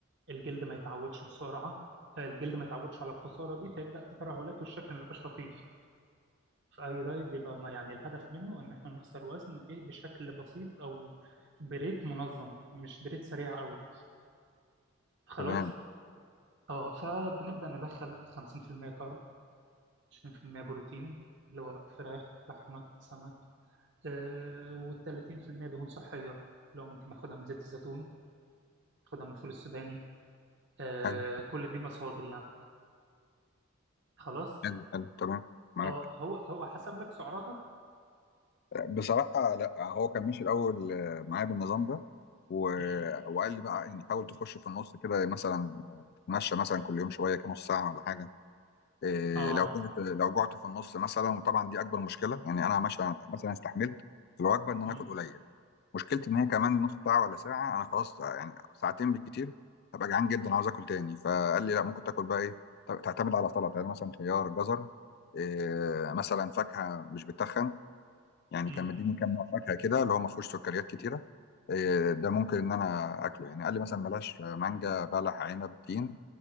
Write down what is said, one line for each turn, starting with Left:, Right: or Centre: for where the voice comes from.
Right: الجلد ما يتعودش بسرعة الجلد ما يتعودش على الخسارة دي فيبدأ في ترهلات والشكل ما يبقاش لطيف اي دايت بيبقى ما- يعني الهدف منه ان احنا نخسر وزن ايه بشكل بسيط او بريت منظم مش بريت سريع قوي خلاص
Left: تمام
Right: اه فبنبدا ندخل 50% كارب 20% بروتين اللي هو فراخ لحمه سمك آه وال 30% دهون صحيه لو ممكن ناخدها من زيت الزيتون ناخدها من الفول السوداني آه
Left: حلو
Right: كل دي مصادر يعني خلاص
Left: حلو حلو تمام معاك
Right: اه هو هو حسب لك سعراتك
Left: بصراحة لا هو كان ماشي الأول آه، معايا بالنظام ده و...
Right: مم.
Left: وقال لي بقى يعني حاول تخش في النص كده مثلا آه، تتمشى مثلا كل يوم شوية كده نص ساعة ولا حاجة إيه
Right: اه
Left: لو جعت لو جعت في النص مثلا وطبعا دي أكبر مشكلة يعني أنا ماشي مثلا استحملت في الوجبة إن أنا
Right: مم.
Left: آكل قليل مشكلتي ان هي كمان نص ساعه ولا ساعه انا خلاص يعني ساعتين بالكتير هبقى جعان جدا عاوز اكل تاني فقال لي لا ممكن تاكل بقى ايه ت- تعتمد على سلطه يعني مثلا خيار جزر إيه مثلا فاكهه مش بتخن يعني
Right: مم.
Left: كان مديني كام نوع فاكهه كده اللي هو ما فيهوش سكريات كتيره إيه ده ممكن ان انا اكله يعني قال لي مثلا بلاش مانجا بلح عنب تين